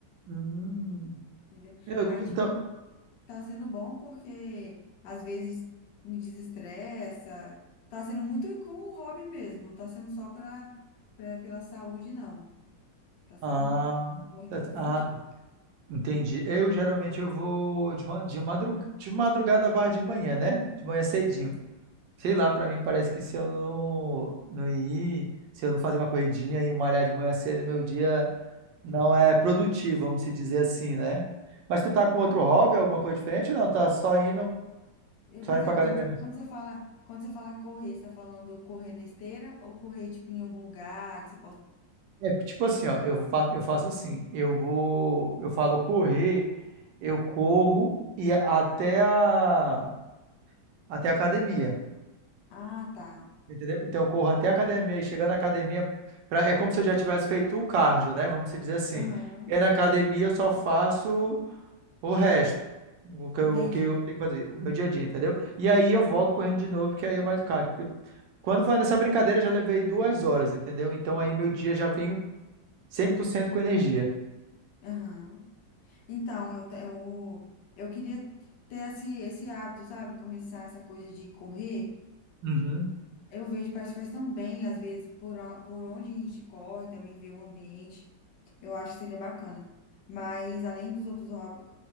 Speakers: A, on the right; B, on the left.
A: Uhum.
B: entendeu?
A: Eu,
B: Aí,
A: então.
B: tipo, Tá sendo bom porque às vezes me desestressa. Tá sendo muito como um hobby mesmo, não tá sendo só pra, pra- pela saúde, não. Tá sendo
A: Ah,
B: bom em
A: tá-
B: todos
A: tá,
B: os sentidos.
A: ah, entendi. Eu geralmente eu vou de, ma- de, madrug, de madrugada barra de manhã, né? De manhã cedinho. Sei lá, pra mim parece que se eu não, não ir, se eu não fazer uma corridinha e malhar de manhã cedo, meu dia não é produtivo, vamos se dizer assim, né? Mas tu tá com outro hobby, alguma coisa diferente? Ou não, tá só indo,
B: Eu-
A: só
B: Mas
A: indo pra
B: rapidinho,
A: academia
B: tipo,
A: mesmo?
B: quando você fala, quando você fala correr, você tá falando correr na esteira ou correr, tipo, em algum lugar que você possa.
A: É, tipo assim, ó, eu faço, eu faço assim, eu vou, eu falo correr, eu corro e a- até a, até a academia,
B: Ah, tá.
A: entendeu? Então eu corro até a academia
B: Aham.
A: e chegando na academia, pra, é como se eu já tivesse feito o cardio, né? Vamos dizer assim.
B: Aham.
A: E aí na academia eu só faço o resto, o que,
B: Entendi.
A: eu- o que eu tenho que fazer, o meu dia a dia, entendeu? E aí eu volto correndo de novo, que aí é mais o cardio. Porque quando foi nessa brincadeira, eu já levei duas horas, entendeu? Então aí meu dia já vem 100% com energia.
B: Aham. Então, eu, te- eu, eu queria ter esse, esse hábito, sabe? Começar essa coisa de correr.
A: Uhum.
B: Eu vejo, parece que faz tão bem, às vezes, por, o- por onde a gente corre, também ver o ambiente. Eu acho que seria bacana. Mas, além dos outros hobbies,